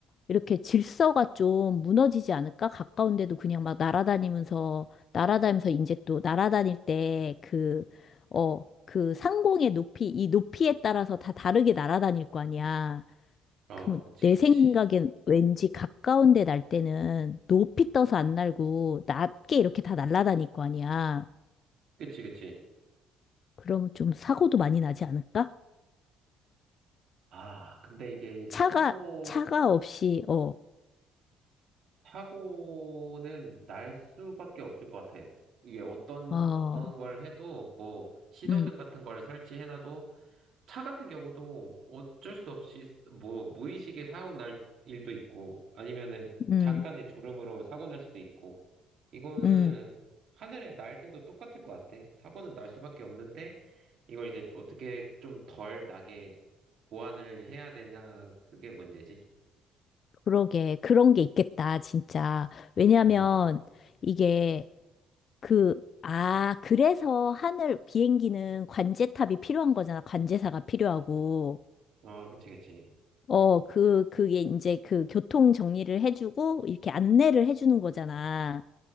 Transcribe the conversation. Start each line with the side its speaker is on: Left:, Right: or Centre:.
Left: 이렇게 질서가 좀 무너지지 않을까? 가까운 데도 그냥 막 날아다니면서, 날아다니면서 이제 또 날아다닐 때 그, 어, 그 상공의 높이, 이 높이에 따라서 다 다르게 날아다닐 거 아니야.
Right: 어,
Left: 그럼
Right: 그치,
Left: 내
Right: 그치.
Left: 생각엔 왠지 가까운 데 날 때는 높이 떠서 안 날고 낮게 이렇게 다 날아다닐 거 아니야.
Right: 그치, 그치.
Left: 그러면 좀 사고도 많이 나지 않을까?
Right: 아, 근데 이게 사고,
Left: 차가, 차가 없이, 어,
Right: 사고는 날 수밖에 없을 것 같아. 이게 어떤,
Left: 어,
Right: 어떤 걸 해도, 뭐, 신호등
Left: 음,
Right: 같은 걸 설치해놔도, 차 같은 경우도 어쩔 수 없이 뭐 무의식에 사고 날 일도 있고 아니면은
Left: 음,
Right: 잠깐의 졸음으로 사고 날 수도 있고 이거는
Left: 음,
Right: 하늘에 날 때도 똑같을 것 같아. 사고는 날 수밖에 없는데 이걸 이제 어떻게 좀 덜 나게 보완을 해야 되나 그게 문제지.
Left: 그러게. 그런 게 있겠다, 진짜. 왜냐면
Right: 음.
Left: 이게 그, 아, 그래서 하늘 비행기는 관제탑이 필요한 거잖아. 관제사가 필요하고.
Right: 어, 그치, 그치.
Left: 어, 그, 그게 이제 그 교통 정리를 해주고 이렇게 안내를 해주는 거잖아.